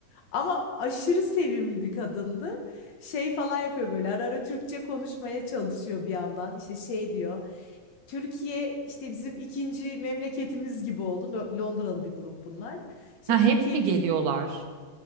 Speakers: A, on the left; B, on the right.
A: Ama aşırı sevimli bir kadındı. Şey falan yapıyor böyle ara ara Türkçe konuşmaya çalışıyor bir yandan. İşte şey diyor. Türkiye işte bizim ikinci memleketimiz gibi oldu. Lo- Londralı bir grup bunlar. İşte
B: Ha, hep
A: Türkiye
B: mi geliyorlar?
A: bizim